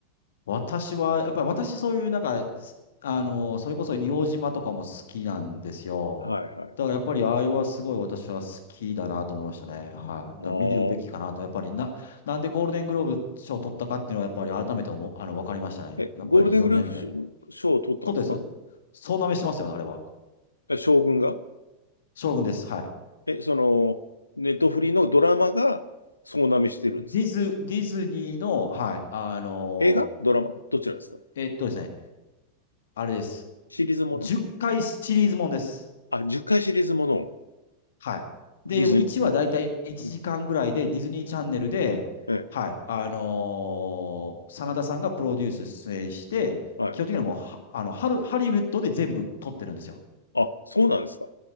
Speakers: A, on the left (about 60°); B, on the left (about 80°).
A: 私は、やっぱり私そういうなんか、すあの、それこそ硫黄島とかも好きなんですよ。
B: はいはい。
A: だからやっぱりあれはすごい私は好きだなと思いましたね。はい。だから見るべきかなと、
B: ああ。
A: やっぱりな、なんでゴールデングローブ賞を取ったかっていうのはやっぱり改めて思う、あの、わかりましたね。
B: え、
A: やっぱりいろんな意味で。
B: ゴールデングループ賞を取ったんですか
A: そうです、そうです。総なめしてますよ、あれは。
B: え、将軍が
A: 将軍です。はい。
B: え、その、ネットフリのドラマが総なめしてるんですか
A: ディズ、ディズニーの、はい、あの、
B: 映画ドラマどちらですか
A: えっとですね、あれです。
B: シリーズもの
A: 10回シリーズもんです。
B: あ、10回シリーズものを
A: はい。
B: ディズニー、
A: で、もう1話だいたい1時間ぐらいで、
B: うん、うん
A: ディズニーチャンネルで、
B: ええ、
A: はい、あのー真田さんがプロデュース出演して、
B: はい。
A: 基本的にはもうは、あの、ハル、ハリウッドで全部撮ってるんですよ。
B: あ、そうなんですか